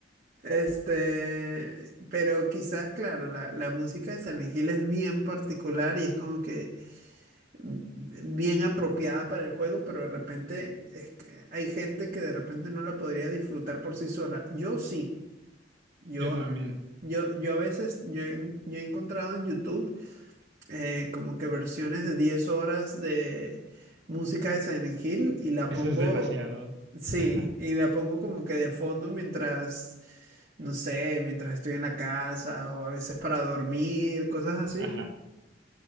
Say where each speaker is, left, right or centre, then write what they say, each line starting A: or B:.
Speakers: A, on the right; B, on the right.
A: Este, pero quizás, claro, la, la música de Silent Hill es bien particular y es como que mm, bien apropiada para el juego, pero de repente es que hay gente que de repente no la podría disfrutar por sí sola. Yo sí. Yo,
B: yo también.
A: yo, yo a veces, yo, he- yo he encontrado en YouTube eh, como que versiones de 10 horas de música de Silent Hill y la
B: Eso
A: pongo,
B: es demasiado.
A: sí,
B: <laughs>
A: y la pongo como que de fondo mientras, no sé, mientras estoy en la casa o a veces para dormir, cosas así.
B: Ajá.